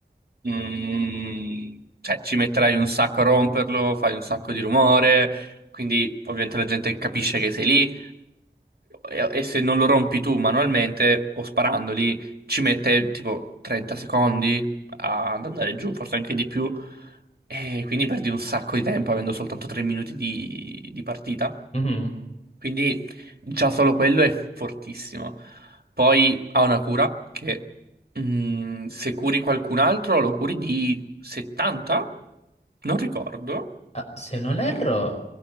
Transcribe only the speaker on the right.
mm, cioè ci metterai un sacco a romperlo, fai un sacco di rumore, quindi ovviamente la gente capisce che sei lì E, e se non lo rompi tu manualmente o sparandoli, ci mette tipo 30 secondi ad andare giù, forse anche di più. E quindi perdi un sacco di tempo avendo soltanto 3 minuti di, di partita.
Quindi già solo quello è fortissimo. Poi ha una cura che mm, se curi qualcun altro lo curi di 70? Non ricordo.